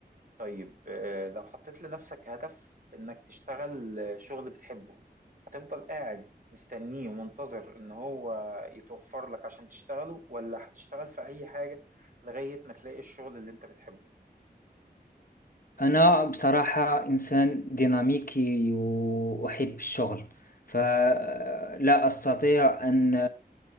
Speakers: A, on the right (about 50°); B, on the left (about 55°).
A: طيب آه، لو حطيت لنفسك هدف إنك تشتغل آه، شغل بتحبه هتفضل قاعد مستنيه ومنتظر إن هو يتوفر لك عشان تشتغله ولا هتشتغل في أي حاجة لغاية ما تلاقي الشغل اللي أنت بتحبه
B: أنا بصراحة إنسان ديناميكي وأحب الشغل فلا أستطيع أن